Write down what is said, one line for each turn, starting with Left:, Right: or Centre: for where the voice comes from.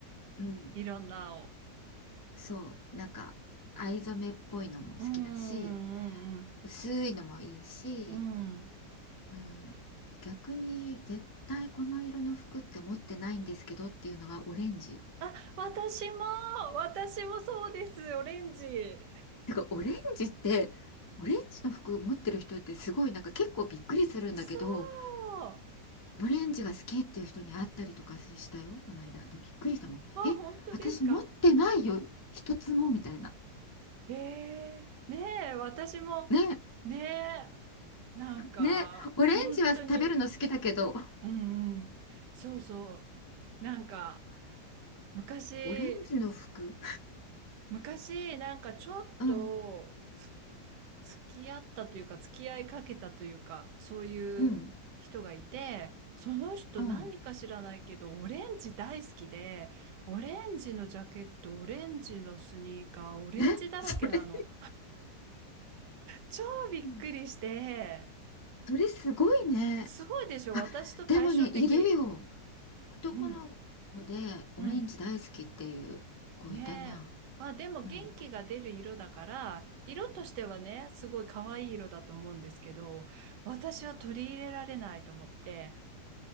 Left: うん、
Right: いろんなを。
Left: そう。なんか、藍染めっぽいのも好きだし、
Right: うんうんうん
Left: 薄いのもいいし、
Right: うん。うん。
Left: うん、逆に絶対この色の服って持ってないんですけどっていうのはオレンジ。
Right: あ、私も、私もそうです、オレンジ。
Left: てか、オレンジって、オレンジの服持ってる人ってすごい、なんか結構びっくりするんだけど、
Right: そう。あ、
Left: オレンジが好きっていう人に会ったりとかしたよ、この間。で、びっくりしたもん。
Right: 本当ですか
Left: え、私持ってないよ、一つもみたいな。
Right: ええねえ、私も、
Left: ね、
Right: ねえ、なんか、
Left: ね、オレンジは食べるの好きだけど、
Right: 本当に、うんうん、そうそう。なんか、昔、
Left: オレンジの服、
Right: 昔、なんかちょっと、
Left: うん、
Right: 付き合ったというか、付き合いかけたというか、そういう人がいて、
Left: うん、
Right: その人何か知らないけど、
Left: うん。
Right: オレンジ大好きで、オレンジのジャケット、オレンジのスニーカー、オレンジだらけなの。
Left: え、それ、
Right: 超びっくりして、
Left: うんそれすごいね。
Right: すごいでしょ私と対照的。
Left: あ、でもね、いるよ。男の子でオレンジ大好きっていう子いたな。
Right: うん、うん。ねえ。まあでも元気が出る色だから、
Left: うん。
Right: 色としてはね、すごい可愛い色だと思うんですけど、私は取り入れられないと思って、